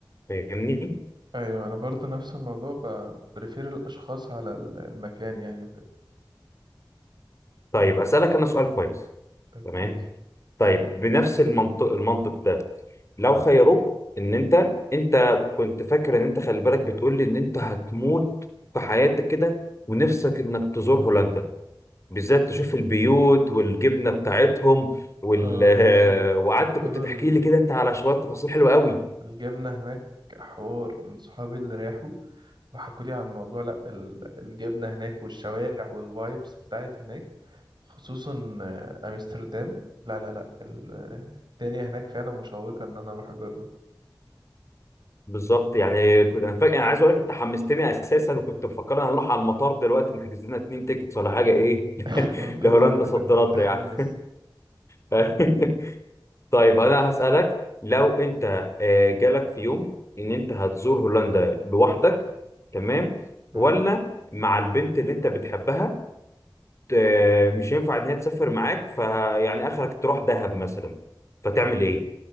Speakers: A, on the left; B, on the right.
A: فاهمني
B: ايوه انا برضو نفس الموضوع ب- بريفير الاشخاص على ال- المكان يعني وكده
A: طيب اسالك انا سؤال كويس
B: اوكي
A: تمام طيب بنفس المنطق المنطق ده لو خيروك ان انت انت كنت فاكر ان انت خلي بالك بتقول لي ان انت هتموت في حياتك كده ونفسك انك تزور هولندا بالذات تشوف البيوت والجبنه بتاعتهم وال
B: اه بالظبط
A: <laughs> وقعدت
B: بيقولوا
A: كنت تحكي
B: ال-
A: لي كده انت على شويه تفاصيل حلوه قوي
B: الجبنه هناك حوار من صحابي اللي راحوا وحكوا لي عن الموضوع لا ال- الجبنه هناك والشوارع والفايبس بتاعت هناك خصوصا آه، امستردام لا لا لا ال- الدنيا هناك فعلا مشوقه ان انا اروح اجرب
A: بالظبط يعني كنت انا فاكر انا عايز اقول لك انت حمستني اساسا وكنت مفكر هنروح على المطار دلوقتي نحجز لنا اتنين تيكتس ولا حاجه ايه <laughs>
B: <laughs> من كتر
A: لهولندا
B: ما انا
A: صد
B: كنت
A: رد
B: متحمس
A: يعني <laughs> طيب انا هسالك لو انت آه، جالك في يوم ان انت هتزور هولندا لوحدك تمام
B: مم.
A: ولا مع البنت اللي انت بتحبها آه، مش ينفع ان هي تسافر معاك فيعني اخرك تروح دهب مثلا فتعمل ايه؟